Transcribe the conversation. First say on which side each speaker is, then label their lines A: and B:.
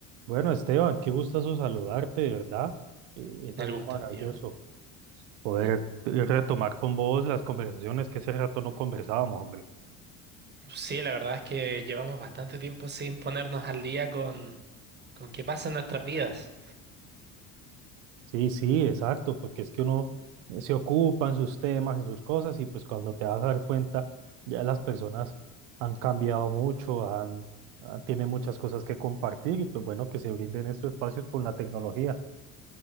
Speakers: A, on the right (about 85°); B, on the right (about 30°).
A: Bueno, Esteban, qué gustazo saludarte, de verdad. Eh, es
B: El
A: algo
B: gusto
A: maravilloso
B: es mío.
A: poder
B: Y-
A: retomar con vos las conversaciones que ese rato no conversábamos, hombre.
B: Sí, la verdad es que llevamos bastante tiempo sin ponernos al día con, con qué pasa en nuestras vidas.
A: Sí, sí, exacto, porque es que uno se ocupa en sus temas, en sus cosas, y pues cuando te vas a dar cuenta, ya las personas han cambiado mucho, han, ah, tienen muchas cosas que compartir, y pues bueno, que se brinden estos espacios por la tecnología.